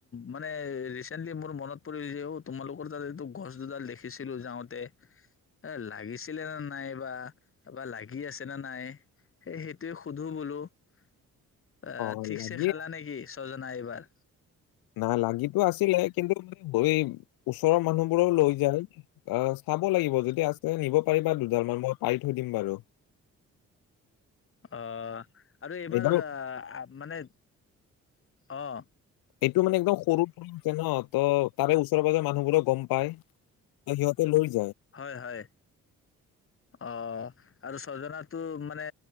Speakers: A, on the left (about 35°); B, on the left (about 65°).
A: মানে ৰিচেন্টলি মোৰ মনত, পৰিযেও তোমালোকৰ তাত এইটো গছ দুডাল দেখিছিলো যাওঁতে এ'লাগিছিলে নে নাই বা বা লাগি আছে নে নাই সে সেইটোৱে সোধো বোলো। অ',
B: অ'
A: ঠিকছে
B: লাগি
A: খালা নেকি? ছজনা এইবাৰ।
B: নাই লাগিটো আছিলে কিন্তু মই ওচৰৰ মানুহবোৰও লৈ যায় আহ ', চাব লাগিব যদি আছে নিব পাৰিবা দুডাল মান মই পাৰি থৈ দিম বাৰু।
A: অ, আৰু এইবাৰ
B: এইডাল
A: মানে, অহ ',
B: এইটো মানে একদম সৰু পৰা আছে ন', -ত ', তাৰে ওচৰে -পাজৰে মানুহবোক গম পাই ত ', সিহঁতে লৈ যায়।
A: হয়- হয়। অহ, আৰু ছজনাতটো মানে